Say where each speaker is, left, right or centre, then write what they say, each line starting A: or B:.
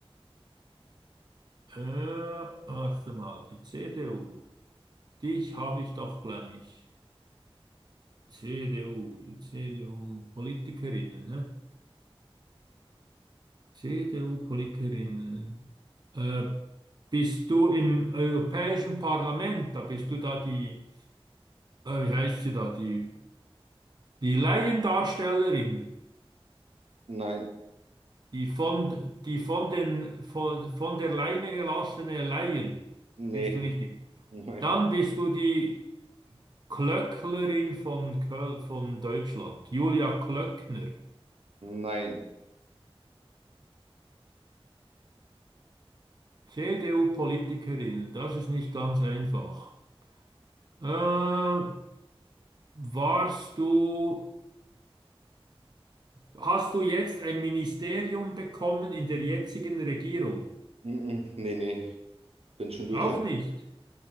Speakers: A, on the right; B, on the right.
A: Äh, warte mal, die CDU. Dich habe ich doch gleich. CDU, die CDU-Politikerinnen, ne? CDU-Politikerinnen. Äh, bist du im Europäischen Parlament, da bist du da die, äh, wie heißt sie da, die, die Laiendarstellerin,
B: Nein.
A: die von, die von den, von, von der Leine gelassene Laien.
B: Nee.
A: Bist du nicht die?
B: Nein.
A: Dann bist du die. Klöcklerin von Köl von Deutschland, Julia Klöckner,
B: Nein.
A: CDU-Politikerin, das ist nicht ganz einfach. Äh, warst du, hast du jetzt ein Ministerium bekommen in der jetzigen Regierung?
B: Mhm. Nee, nee. Bin schon durch
A: Auch
B: damit.
A: nicht.